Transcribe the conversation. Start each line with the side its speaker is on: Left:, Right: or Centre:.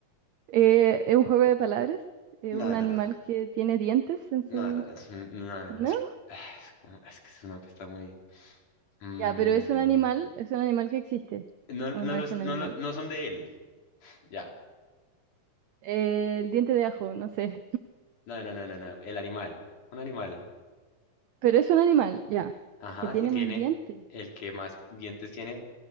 Right: Eh, ¿es un juego de palabras? ¿Es
Left: no,
Right: un
Left: no,
Right: animal
Left: no,
Right: que tiene dientes en su...
Left: no, no, no, es, un- no, no,
Right: ¿No?
Left: es, ah, es como- es que es una pista muy... Mm,
Right: Ya, pero es un animal, es un animal que existe.
Left: no, no,
Right: ¿O no
Left: los,
Right: es un
Left: no,
Right: animal?
Left: los- no son de él, ya.
Right: Eh, el diente de ajo, no sé.
Left: No, no, no, no, no, el animal, un animal.
Right: Pero es un animal, ya.
Left: Ajá,
Right: Que tiene
Left: y tiene
Right: más dientes.
Left: el que más dientes tiene,